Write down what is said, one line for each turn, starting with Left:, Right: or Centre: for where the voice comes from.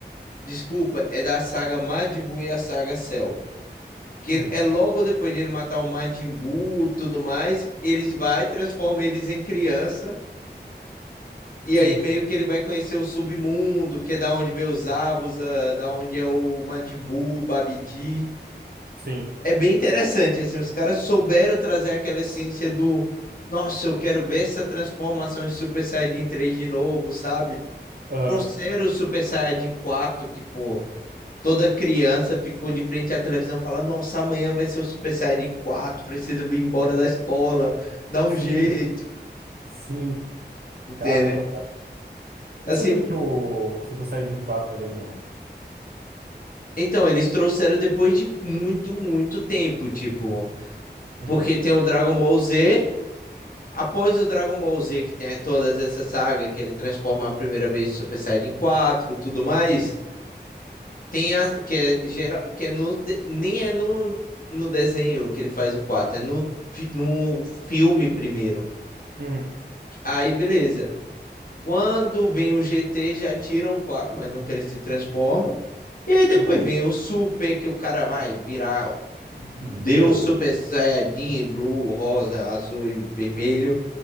Left: desculpa, é da saga Majin Buu e a saga Cell. Que
Right: uhum.
Left: ele- é logo depois de ele matar o Majin Buu e tudo mais, eles vai transforma eles em criança E
Right: Sim,
Left: aí meio que ele vai conhecer o submundo, que é da onde vê os Abusa, da onde é o Majin Buu, o Babidi.
Right: sim.
Left: É bem interessante, assim, os caras souberam trazer aquela essência do nossa, eu quero ver essa transformação em Super Saiyajin 3 de novo, sabe?
Right: Aham,
Left: Trouxeram o Super Saiyajin 4 que, pô, toda criança ficou de frente à televisão falando, nossa, amanhã vai ser o Super Saiyajin quatro preciso vir embora da escola, dá um
Right: sim,
Left: jeito,
Right: sim.
Left: entendeu?
Right: Caramba.
Left: Assim,
Right: Não sabia que tinha o Super Saiyajin 4 ali no.
Left: Então, eles trouxeram depois de muito, muito tempo, tipo,
Right: Uhum,
Left: porque tem o Dragon Ball Z, após o Dragon Ball Z, que tem todas essas sagas, que ele transforma a primeira vez Super Saiyajin 4, tudo mais, tem a, que é, geral, que é no, nem é no, no desenho que ele faz o 4, é no, fi- no filme primeiro.
Right: uhum,
Left: Aí, beleza. Quando vem o GT, já tiram quatro, mas não que ele se transforma. E aí depois
Right: uhum.
Left: vem o Super, que o cara vai virar Deus
Right: Deus.
Left: Super Saiyajin, Blue, Rosa, Azul e Vermelho